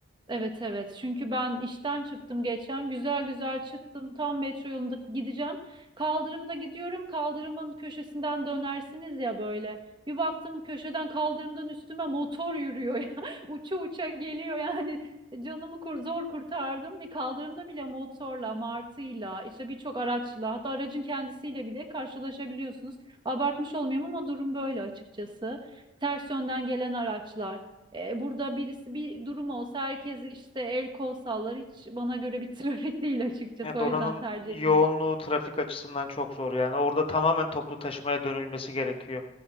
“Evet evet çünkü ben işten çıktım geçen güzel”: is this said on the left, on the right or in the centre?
Right